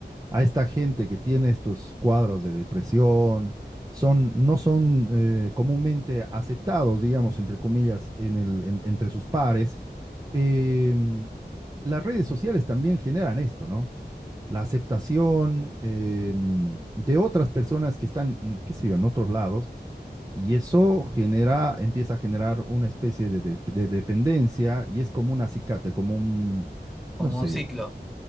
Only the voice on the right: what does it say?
a esta gente que tiene estos cuadros de depresión, son, no son eh, comúnmente aceptados, digamos, entre comillas, en el, en- entre sus pares. em, las redes sociales también generan esto, ¿no? La aceptación em, de otras personas que están, mm, qué sé yo, en otros lados, y eso genera, empieza a generar una especie de, de- de dependencia y es como un acicate, como un,
no sé,